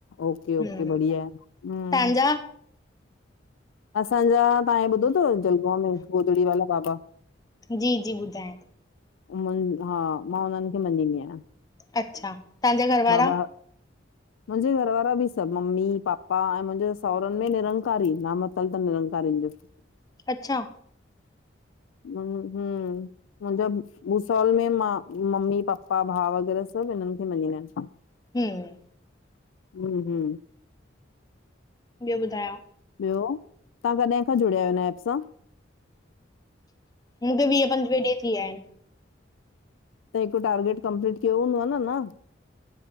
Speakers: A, on the left; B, on the left.
A: ओके-ओके
B: हम्म
A: बढ़िया हूं।
B: तव्हांजा
A: असांजा, तहां हे ॿुधो तव, जलगांव में गोदड़ी वाला बाबा?
B: जी-जी ॿुधा आहिन।
A: मुन् हा, मां उन्हन खे मञींदी आयां।
B: अच्छा तव्हांजा घर वारा
A: बाबा <inaudible> मुहिजे घरवारा भी सभ मम्मी पापा ऐ मुहिजे सावरन मे निरकारी नाम वथल त निरकारीन जो <inaudible>
B: अच्छा
A: हूं - हूं। मुहिजा भूसावल मे मा मम्मी पप्पा भा वग़ैरह सभु हिनन खे मनीदा आहिन।
B: हूं
A: हू हू
B: ॿियो ॿुधायो?
A: ॿियो, तव्हां कडहि खां जुड़या आयो हिन एप सां?
B: मूखे वीह पंजवीह ॾींह थी वया आहिन।
A: त हिकु टारगेट कपलीट कयो हूदअ न, न?